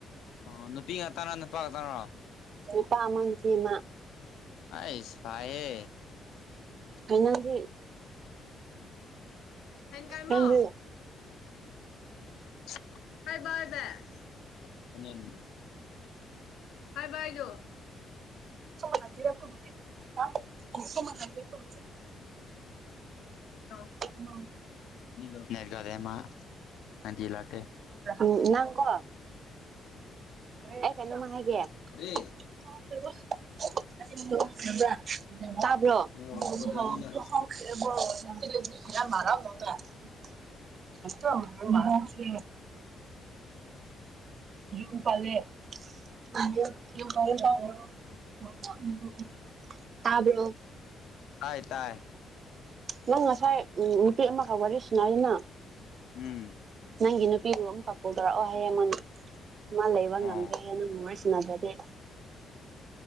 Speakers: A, on the left; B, on the right.
A: ꯑꯣ ꯅꯨꯄꯤ ꯉꯥꯛꯇꯅ ꯅꯨꯄꯥ ꯉꯥꯛꯇꯅꯔꯣ
B: ꯅꯨꯄꯥ ꯑꯃ ꯅꯨꯄꯤ ꯑꯃ
A: ꯑꯥꯏꯁ ꯐꯥꯍꯦ
B: ꯍꯩꯅꯗꯤ
A: <unintelligible> ꯀꯥꯏꯃꯣ
B: ꯅꯪꯗꯤ
A: ꯍꯥꯏ <unintelligible> <unintelligible> ꯍꯥꯏ <unintelligible>
B: <unintelligible>
A: ꯑꯣ
B: ꯃꯥ
A: <unintelligible> <unintelligible> <unintelligible>
B: ꯎ ꯅꯪꯀꯣ ꯑꯩ ꯀꯩꯅꯣꯃ ꯍꯥꯏꯒꯦ
A: ꯀꯔꯤ
B: ꯇꯥꯕ꯭ꯔꯣ ꯃꯔꯔ
A: ꯅꯪ ꯋꯥꯛ
B: ꯑꯣꯏꯉ
A: ꯀꯣꯠꯂꯦꯅꯤ ꯅꯪ
B: <unintelligible> ꯑꯣ <unintelligible> ꯌ ꯄꯂꯦ <unintelligible> ꯇꯥꯕ꯭ꯔꯣ
A: ꯍꯥꯏ ꯇꯥꯏ
B: ꯅꯪ ꯉꯁꯥꯏ ꯅꯨꯄꯤ ꯑꯃꯒ ꯋꯥꯔꯤ ꯁꯥꯅꯩꯌꯦꯅ
A: ꯎꯝ
B: ꯅꯪꯒꯤ ꯅꯨꯄꯤꯗꯨ ꯑꯃꯨꯛꯒ ꯀꯣꯜ ꯇꯧꯔꯛꯑꯣ ꯍꯥꯏꯌꯦ ꯃꯥꯅ ꯃꯥ ꯂꯩꯕ
A: ꯑꯣ
B: ꯉꯝꯗ꯭ꯔꯦꯍꯦ ꯅꯪꯒ ꯋꯥꯔꯤ ꯁꯤꯟꯅꯗ꯭ꯔꯗꯤ